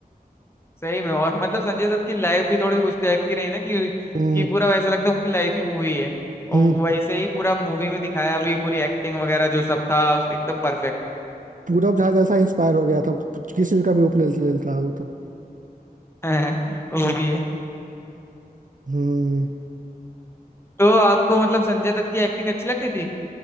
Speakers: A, on the left; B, on the right.
A: सही में और मतलब संजय दत्त की लाइफ भी थोड़ी उस टाइप की रही ना कि
B: हम्म
A: कि पूरा ऐसा लगता है उनकी लाइफ ही मूवी है और
B: हम्म,
A: वैसे ही पूरा मूवी में दिखाया भी पूरी एक्टिंग वगैरह जो सब था एकदम परफेक्ट
B: पूरब जहाज ऐसा इंस्पायर हो गया था किसी भी का भी रूप ले ले लेता है वो तो
A: <laughs> वो
B: हम्म
A: भी है
B: हम्म,
A: तो आपको मतलब संजय दत्त की एक्टिंग अच्छी लगती